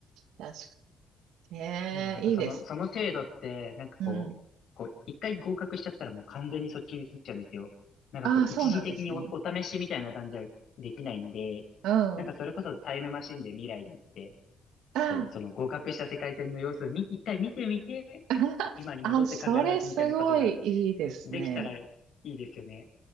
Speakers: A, on the right; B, on the left.
A: 確ねえ、
B: でもなんかその、
A: いいです。
B: その制度って、なんかこう、
A: うん。
B: こう、一回合格しちゃったらもう完全にそっちに移っちゃうんですよ。なんかこう、
A: ああ、
B: 一時的にお、
A: そうなんですね。
B: お試しみたいな感じはできないんで、
A: うん。あ
B: なんかそれこそタイムマシンで未来に行って、
A: あ、
B: こう、その合格した世界線の様子をみ、一回見てみて、
A: <laughs>
B: 今に戻って考え直すみたいなことが
A: あ、それすごいいいですね。
B: できたらいいですよね。